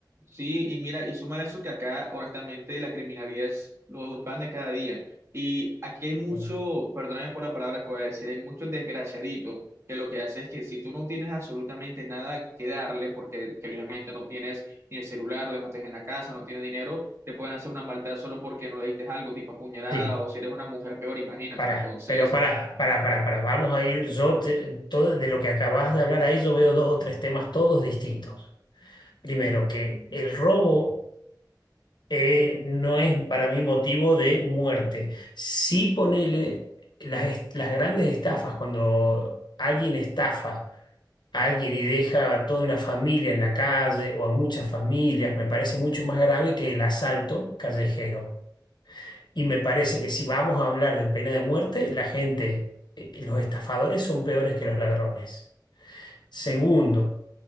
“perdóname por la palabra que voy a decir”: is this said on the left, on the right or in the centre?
Right